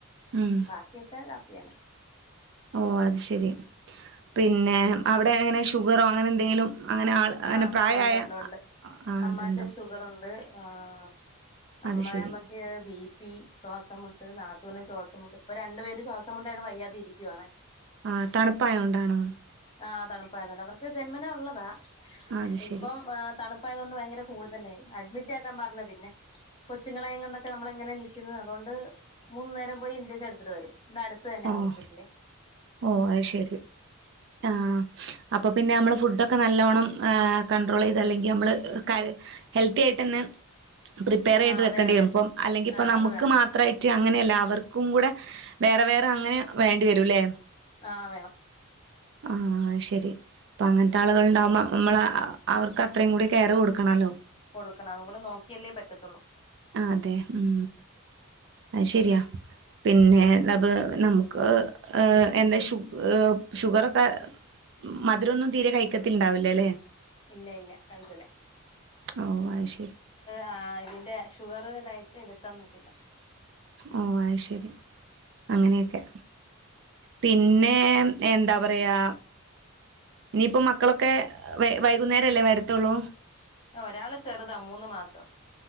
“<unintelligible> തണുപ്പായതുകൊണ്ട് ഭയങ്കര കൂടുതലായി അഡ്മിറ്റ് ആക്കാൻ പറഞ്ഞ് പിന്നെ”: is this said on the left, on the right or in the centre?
Left